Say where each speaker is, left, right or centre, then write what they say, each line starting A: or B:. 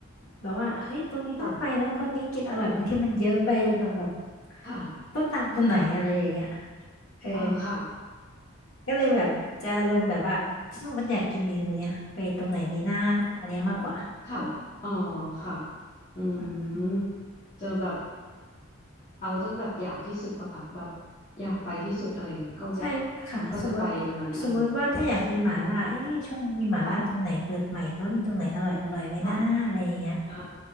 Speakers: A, on the left; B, on the left.
A: แบบว่าเฮ้ยตรงนี้ต้องไปนะคนนี้กินอร่อยบางทีมันเยอะไปจนเราแบบ
B: ค่ะค่ะ
A: ต้องตามคนไหนอะไรอย่างเงี้ย
B: อ่า
A: เออ
B: อ่าค่ะ
A: ก็เลยแบบจะอารมณ์แบบว่าถ้าสมมติอยากกินเมนูเนี้ยไปตรงไหนดีหน้าอันเนี้ยมากกว่า
B: <laughs> ค่ะอ๋อค่ะอืมเจอแบบ
A: อืม
B: เอาจนแบบอยากที่สุดปะค่ะแบบอยากไปที่สุดอะไรอย่างเงี้ยก็จะ
A: ใช่ค่ะสมมติ
B: ก็จะไปตรงนั้นอะไรอย่างเงี้ย
A: สมมติว่าถ้าอยากกินหม่าล่าเอ๊ะช่วงนี้มีหม่าล่าตรงไหนเปิดใหม่หรือว่ามีตรงไหนอร่อยอร่อยไหมนะอะไรอย่างเงี้ย
B: ค่ะค่ะอ่า